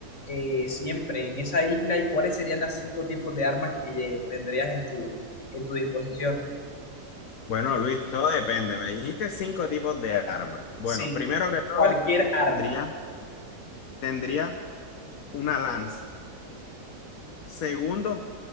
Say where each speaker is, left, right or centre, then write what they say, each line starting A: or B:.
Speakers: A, on the left; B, on the left.
A: eh, siempre en esa isla y cuáles serían las cinco tipos de armas que eh, tendrías en tu, en tu disposición?
B: Bueno, Luis, todo depende. Me dijiste cinco tipos de armas. Bueno,
A: Sí,
B: primero que todo,
A: cualquier arma,
B: tendría, tendría una lanza. Segundo,